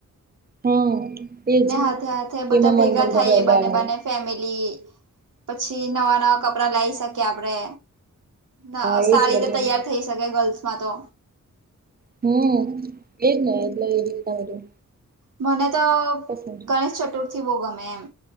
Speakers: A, on the right; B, on the right.
A: હમ. એજ
B: ને હાથે હાથે બધા
A: કેમાં
B: ભેગા
A: મન ગમતા
B: થાય
A: ગરબાનું
B: એ બાને બાને ફેમિલી પછી નવા નવા કપડા લાઈ શકી આપડે. ના
A: હા
B: સારી
A: એજ વરી
B: રીતે તૈયાર થઈ શકે ગર્લ્સમાં તો.
A: હમ એ જ ને એટલે એ રીતના બધું.
B: મને તો
A: પસંદ છે
B: ગણેશ ચતુર્થી બહુ ગમે એમ